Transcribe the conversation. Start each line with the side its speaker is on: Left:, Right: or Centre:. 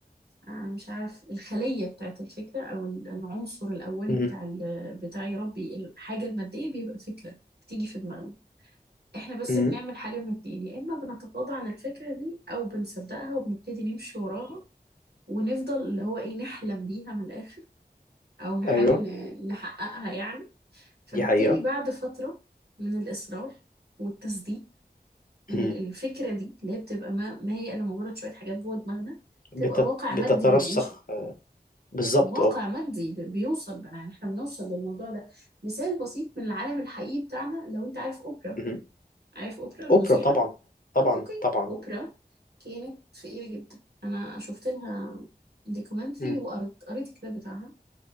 Right: آه، مش عارف الخلية بتاعت الفكرة أو ال- العنصر الأولي
Left: مم.
Right: بتاع ال- بتاع يا ربي الحاجة المادية بيبقى فكرة بتيجي في دماغنا احنا بس
Left: مم.
Right: بنعمل حاجة من اتنين يا إما بنتغاضى عن الفكرة دي أو بنصدقها وبنبتدي نمشي وراها ونفضل اللي هو ايه نحلم بيها من الآخر أو نحاول
Left: ايوه
Right: ن- نحققها يعني فبالتالي
Left: دي حقيقة
Right: بعد فترة من الإصرار والتصديق ال-
Left: مم.
Right: الفكرة دي اللي هي بتبقى ما, ما هي إلا مجرد شوية حاجات جوه دماغنا
Left: بتت...
Right: تبقى واقع
Left: بتترسخ
Right: مادي بنعيشه
Left: بالظبط
Right: واقع
Left: اه
Right: مادي ب- بيوصل بقى يعني احنا بنوصل للموضوع ده مثال بسيط من العالم الحقيقي بتاعنا لو انت عارف اوبرا
Left: مم.
Right: عارف اوبرا المذيعة
Left: اوبرا طبعا طبعا
Right: اه اوكي
Left: طبعا
Right: اوبرا كانت فقيرة جدا انا شفت لها دوكيومنتري
Left: مم.
Right: وقريت قريت الكتاب بتاعها